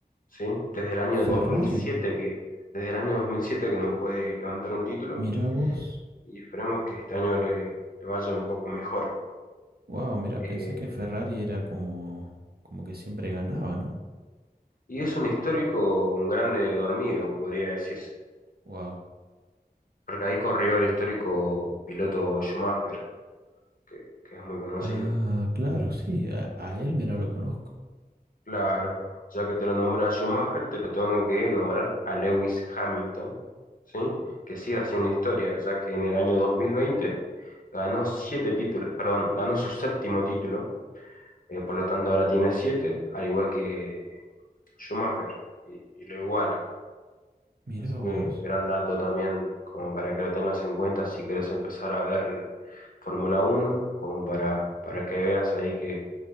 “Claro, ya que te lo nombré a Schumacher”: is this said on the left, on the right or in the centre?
Left